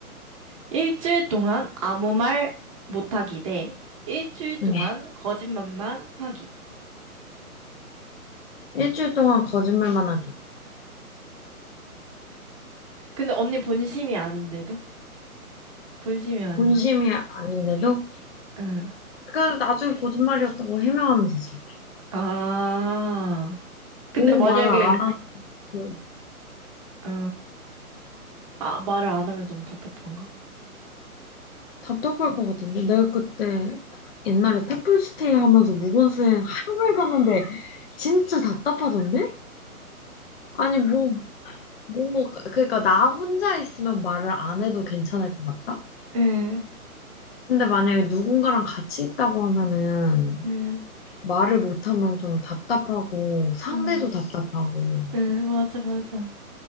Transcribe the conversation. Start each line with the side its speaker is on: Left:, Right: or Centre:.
Right: 일주일 동안 아무 말 못하기 대 일주일 동안
Left: 응.
Right: 거짓말만 하기.
Left: 일주일 동안 거짓말만 하기.
Right: 근데 언니 본심이 아닌데도? 본심이 아닌데?
Left: 본심이 아닌데도,
Right: 응.
Left: 그래도 나중에 거짓말이었다고 해명하면 되죠.
Right: 아. 근데
Left: 너무
Right: 만약에,
Left: 말을 안 하면
Right: 어, 아, 말을 안 하면 너무 답답한가?
Left: 답답할 것 같은데. 내가 그때 옛날에 템플스테이 하면서 무건 수행 하루 해봤는데 진짜 답답하던데? 아니, 뭐, 뭐, 그러니까 나 혼자 있으면 말을 안 해도 괜찮을 것 같다?
Right: 응,
Left: 근데 만약에 누군가랑 같이 있다고 하면은
Right: 응,
Left: 말을 못하면 좀 답답하고 상대도
Right: 응,
Left: 답답하고
Right: 응, 맞아, 맞아.